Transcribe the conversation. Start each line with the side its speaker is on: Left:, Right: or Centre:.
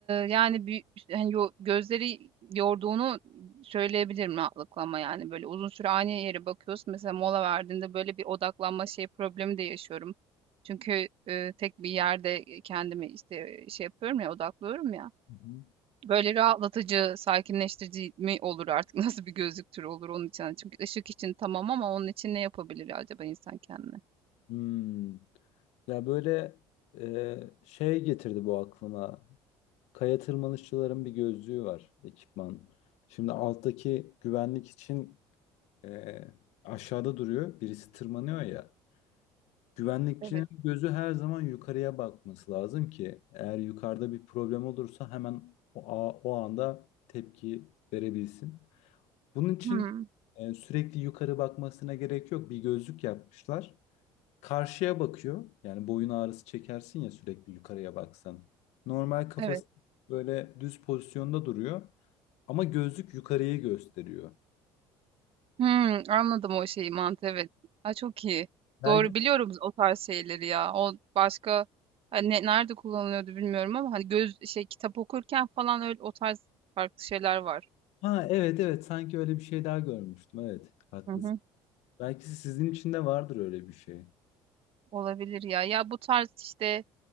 Right: yani bir, hani yo- gözleri yorduğunu söyleyebilirim rahatlıkla yani böyle uzun süre aynı yere bakıyorsun mesela mola verdiğinde böyle bir odaklanma şey problemi de yaşıyorum. Çünkü eee, tek bir yerde kendimi işte şey yapıyorum ya odaklıyorum ya.
Left: Hı hı.
Right: Böyle rahatlatıcı, sakinleştirici mi olur artık? <laughs> Nasıl bir gözlük türü olur onun için? Hani Çünkü ışık için tamam ama onun için ne yapabilir acaba insan kendine?
Left: Hmm. Ya böyle e, şey getirdi bu aklıma. Kaya tırmanışçıların bir gözlüğü var, ekipman. Şimdi alttaki güvenlik için e, aşağıda duruyor. Birisi tırmanıyor ya. Güvenlikçinin
Right: Evet.
Left: gözü her zaman yukarıya bakması lazım ki eğer yukarıda bir problem olursa hemen o, a- o anda tepki verebilsin. Bunun için
Right: Hmm,
Left: e, sürekli yukarı bakmasına gerek yok. Bir gözlük yapmışlar. Karşıya bakıyor. Yani boyun ağrısı çekersin ya sürekli yukarıya baksan. Normal kafası
Right: evet.
Left: böyle düz pozisyonda duruyor. Ama gözlük yukarıyı gösteriyor.
Right: Hımm, anladım o şeyi, mantığı, evet. Ha çok iyi.
Left: Belki
Right: Doğru, biliyorum o tarz şeyleri ya. O başka, hani, ne nerede kullanılıyordu bilmiyorum ama, hani, göz şey, kitap okurken falan öyle o tarz farklı şeyler vardı.
Left: ha evet evet sanki öyle bir şey daha görmüştüm. Evet haklısın.
Right: Hı hı.
Left: Belki sizin için de vardır öyle bir şey.
Right: Olabilir ya. Ya, bu tarz, işte,